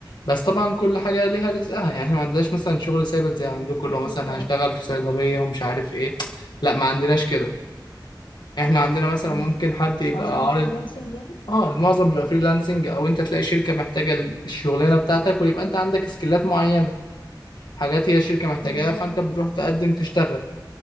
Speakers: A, on the left (about 65°); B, on the left (about 85°).
A: بس طبعا كل حاجة ليها رزقها يعني احنا ما عندناش مثلا شغل ثابت زي عندكم
B: اكيد
A: اللي هو مثلا
B: طبعا
A: هشتغل في صيدلية ومش عارف ايه لا ما عندناش كده احنا عندنا مثلا
B: امم
A: ممكن حد يبقى
B: معظمه
A: عارض
B: فريلانسنج يعني
A: اه المعظم بيبقى فريلانسنج او انت تلاقي شركة محتاجة الشغلانة بتاعتك ويبقى انت عندك سكيلات معينة حاجات هي الشركة محتاجاها
B: بالظبط
A: فانت بتروح تقدم تشتغل